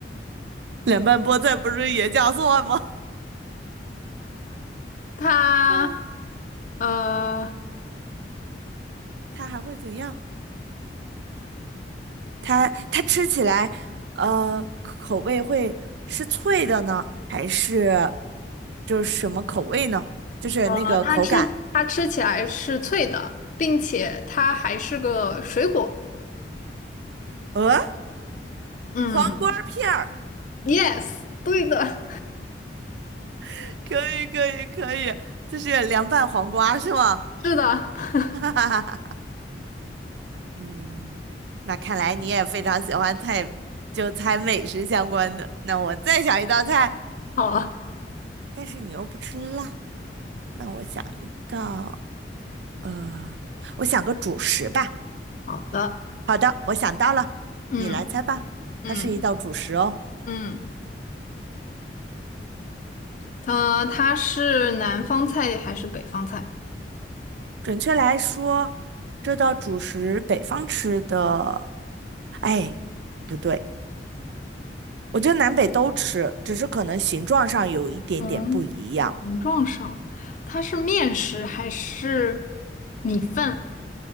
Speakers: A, on the right; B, on the left.
A: 凉拌菠菜不是也叫蒜吗？
B: 它
A: 哦，
B: 呃
A: 它还会怎样？它它吃起来，呃，口口味会是脆的呢，还是就是什么口味呢？就是那个口感。
B: 呃，它吃它吃起来是脆的，并且它还是个水果。
A: 呃，
B: 嗯
A: 黄瓜片儿，
B: ，yes，对的，
A: <laughs> 可以可以可以，就是凉拌黄瓜是吗？
B: 是的，<laughs>
A: <laughs> 嗯，那看来你也非常喜欢菜，就猜美食相关的。那我再想一道菜，
B: 好
A: 但是你又不吃辣，那我想一道，呃，我想个主食吧。
B: 好的，
A: 好的，我想到了，
B: 嗯。
A: 你来猜吧。
B: 嗯
A: 它是一道主食哦，
B: 嗯，呃，它是南方菜还是北方菜？
A: 准确来说，这道主食北方吃的，哎，不对，我觉得南北都吃，只是可能形状上有一点点不一样。
B: 嗯，形状上，它是面食还是米饭？